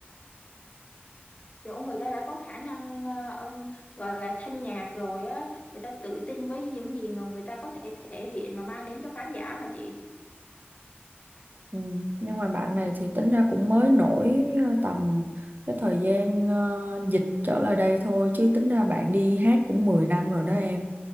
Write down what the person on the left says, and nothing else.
kiểu người ta đã có khả năng ờ, âm gọi là thanh nhạc rồi á người ta tự tin với những gì mà người ta có thể thể hiện mà mang đến cho khán giả mà chị